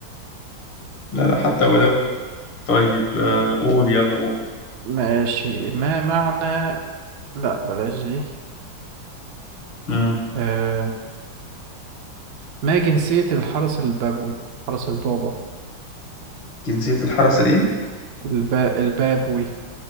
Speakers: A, on the left; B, on the right.
A: لا لا حتى ولو طيب آه، قول يلا قول
B: ماشي ما معنى لا بلاش دي
A: مم.
B: آه... ما جنسية الحرس البابوي حرس البابا
A: جنسية الحرس الإيه؟
B: الب... البابوي